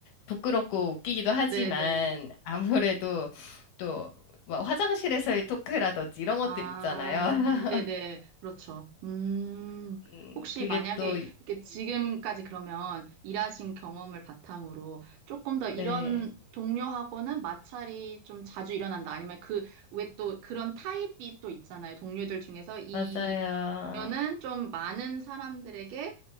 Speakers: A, on the left (about 75°); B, on the right (about 85°).
A: 부끄럽고 웃기기도 하지만,
B: 네네.
A: 아무래도 또, 뭐 화장실에서의 토크라든지 이런 것들
B: 아,
A: 있잖아요. <laughs>
B: 네네. 그렇죠. 음.
A: 음,
B: 혹시
A: 그게
B: 만약에
A: 또,
B: 이렇게 지금까지 그러면 일하신 경험을 바탕으로 조금 더 이런
A: 네,
B: 동료하고는 마찰이 좀 자주 일어난다. 아니면 그, 왜 또 그런 타입이 또 있잖아요. 동료들 중에서 이
A: 맞아요.
B: 동료는 좀 많은 사람들에게